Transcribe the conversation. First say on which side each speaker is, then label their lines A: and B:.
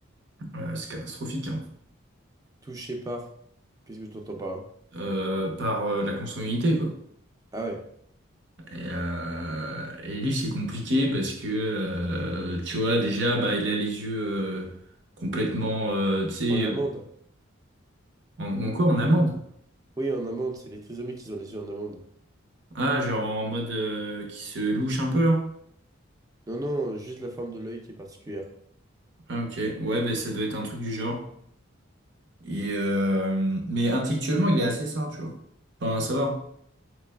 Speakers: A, on the right; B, on the right.
A: euh, c'est catastrophique, hein,
B: Touché par... Qu'est-ce que tu entends par là?
A: euh, par euh, la consanguinité, quoi.
B: Ah ouais.
A: Et, euh, et lui, c'est compliqué parce que, euh, tu vois, déjà, bah, il a les yeux euh, complètement, euh, tu sais,
B: En amende.
A: euh, en, ou encore en amande.
B: Oui, en amande, c'est les trisomiques qui ont les yeux en amande.
A: Ah, genre en mode euh, qui se louche un peu là.
B: Non, non, juste la forme de l'œil qui est particulière.
A: Ah, ok. Ouais, ben ça doit être un truc du genre. Et, euh, mais intellectuellement, il est assez sain, tu vois. Enfin, ça va.